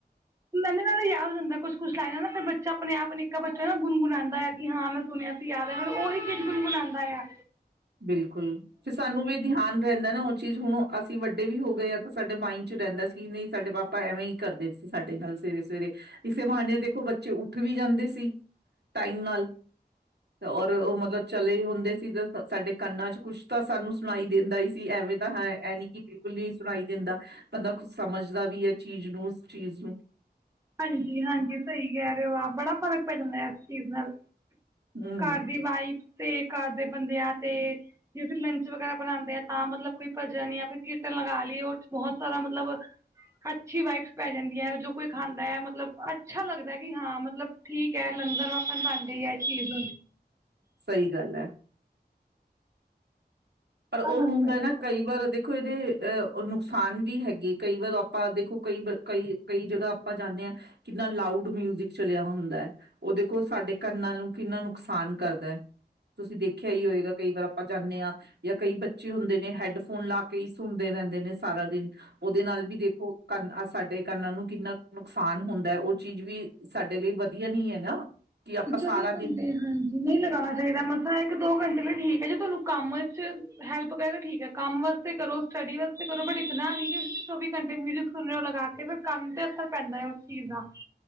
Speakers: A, on the right; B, on the right.
A: ਨਦੇ ਨਾਦਾ ਯਾਦ ਹੋ ਜਾਂਦਾ ਕੁਛ ਕੁੱਛ ਲਾਈਦਾ ਨਾ ਫਿਰ ਬੱਚਾ ਆਪਣੇ ਆਪ ਨਿੱਕਾ ਬੱਚਾ ਨਾ ਗੁਣਗੁਣਾਉਂਦਾ ਆ ਕਿ ਹਾਂ ਮੈਂ ਸੁਣਿਆ ਸੀ ਯਾਦ ਹੈ ਫ ਉਹੀ ਕੁਛ ਗੁਣਗੁਣਾਉਂਦਾ ਆ
B: ਬਿਲਕੁਲ ਫ ਸਾਨੂੰ ਵੀ ਧਿਆਨ ਰਹਿੰਦਾ ਨਾ ਉਹ ਚੀਜ਼ ਹੁਣ ਅਸੀਂ ਵੱਡੇ ਵੀ ਹੋ ਗਏ ਹਾਂ ਤਾਂ ਸਾਡੇ ਮਾਇੰਡ ਚ ਰਹਿੰਦਾ ਸੀ ਨਹੀਂ ਸਾਡੇ ਪਾਪਾ ਐਵੇਂ ਹੀ ਕਰਦੇ ਸੀ ਸਾਡੇ ਨਾਲ ਸਵੇਰੇ ਸਵੇਰੇ ਇਸੇ ਬਹਾਨੇ ਦੇਖੋ ਬੱਚੇ ਉ ਉੱਠ ਵੀ ਜਾਂਦੇ ਸੀ ਟਾਈਮ ਨਾਲ ਔਰ ਉਹ ਮਤਲਬ ਚਲੇ ਹੁੰਦੇ ਸੀ ਤਾਂ ਸਾਡੇ ਕੰਨਾਂ ਚ ਕੁਛ ਤਾਂ ਸਾਨੂੰ ਸੁਣਾਈ ਦਿੰਦਾ ਹੀ ਸੀ ਐਵੇਂ ਤਾਂ ਹੈ ਇਹ ਨੀ ਕਿ ਬਿਲਕੁਲ ਨਹੀਂ ਸੁਣਾਈ ਦਿੰਦਾ ਬੰਦਾ ਕੁਛ ਸਮਝਦਾ ਵੀ ਹੈ ਚੀਜ਼ ਨੂੰ ਉਸ ਚੀਜ਼ ਨੂੰ
A: ਹਾਂਜੀ ਹਾਂਜੀ ਸਹੀ ਕਹਿ ਰਹੇ ਹੋ ਆ ਬੜਾ ਫਰਕ ਪੈ ਜਾਂਦਾ ਇਸ ਚੀਜ਼ ਨਾਲ
B: ਹੂੰ
A: ਘਰ ਦੀ ਵਾਈਫ ਤੇ ਘਰ ਦੇ ਬੰਦੇ ਆ ਤੇ ਜੇ ਅਸੀਂ ਲੰਚ ਵਗ਼ੈਰਾ ਬਣਾਉਂਦੇ ਆ ਤਾਂ ਮਤਲਬ ਕੋਈ ਭੋਜਨ ਆ ਕੋਈ ਕੀਰਤਨ ਲਗਾ ਲਈਏ ਉਹ ਬਹੁਤ ਸਾਰਾ ਮਤਲਬ ਅੱਛੀ ਵਾਈਬਸ ਪੈ ਜਾਂਦੀਆਂ ਜੋ ਕੋਈ ਖਾਂਦਾ ਹੈ ਮਤਲਬ ਅੱਛਾ ਲੱਗਦਾ ਕਿ ਹਾਂ ਮਤਲਬ ਠੀਕ ਹੈ ਲੰਗਰ ਵਖਣ ਬਣ ਗਈ ਹੈ ਇਸ ਚੀਜ਼
B: ਸਹੀ ਗੱਲ ਹੈ ਪਰ ਉਹ
A: ਬੜਾ ਫ਼ਰਕ
B: ਹੁੰਦਾ
A: ਪੈ ਜਾਂਦਾ
B: ਨਾ ਕਈ
A: ਆ
B: ਵਾਰ ਦੇਖੋ ਇਹਦੇ ਅ ਨੁਕਸਾਨ ਵੀ ਹੈਗੇ ਕਈ ਵਾਰ ਆਪਾਂ ਦੇਖੋ ਕਈ ਕਈ ਕਈ ਜਗ੍ਹਾ ਆਪਾਂ ਜਾਂਦੇ ਆ ਕਿੰਨਾ ਲਾਊਡ ਮਿਊਜਿਕ ਚਲਿਆ ਹੁੰਦਾ ਹੈ ਉਹ ਦੇਖੋ ਸਾਡੇ ਕੰਨਾਂ ਨੂੰ ਕਿੰਨਾ ਨੁਕਸਾਨ ਕਰਦਾ ਹੈ। ਤੁਸੀਂ ਦੇਖਿਆ ਹੀ ਹੋਏਗਾ ਕਈ ਵਾਰ ਆਪਾਂ ਜਾਂਦੇ ਹਾਂ। ਕਈ ਬੱਚੇ ਹੁੰਦੇ ਨੇ ਹੈਡ ਫੋਨ ਲਾ ਕੇ ਹੀ, ਸੁਣਦੇ ਰਹਿੰਦੇ ਨੇ ਸਾਰਾ ਦਿਨ। ਉਹਦੇ ਨਾਲ ਵੀ ਦੇਖੋ, ਕਨ ਆ ਸਾਡੇ। ਕੰਨਾਂ ਨੂੰ ਕਿੰਨਾ ਨੁਕਸਾਨ ਹੁੰਦਾ ਹੈ, ਔ ਚੀਜ਼ ਵੀ ਸਾਡੇ ਲਈ ਵਧੀਆ ਨੀ ਹੈ ਨਾ। ਕਿ ਆਪਾਂ
A: ਚੌਵੀ
B: ਸਾਰਾ
A: ਘੰਟੇ
B: ਦਿਨ
A: ਹਾਂਜੀ ਨਹੀਂ ਲਗਾਉਣਾ ਚਾਹੀਦਾ ਮਸਾਂ ਇੱਕ ਦੋ ਘੰਟੇ ਲਈ ਠੀਕ ਜੇ ਤੁਹਾਨੂੰ ਕੰਮ ਚ ਹੈਲਪ ਕਰੇ ਤਾਂ ਠੀਕ ਹੈ, ਕੰਮ ਵਾਸਤੇ ਕਰੋ, ਸਟੱਡੀ ਵਾਸਤੇ ਕਰੋ, ਬਟ ਇਤਨਾ ਨਹੀ ਕੀ ਚੋਵੀ ਘੰਟੇ ਮਿਊਜ਼ਿਕ ਸੁਣ ਰਹੇ ਔ ਲਗਾ ਕੇ, ਫਿਰ ਕੰਮ ਤੇ ਅਸਰਪੈਂਦਾ ਉਸ ਚੀਜ਼ ਦਾ।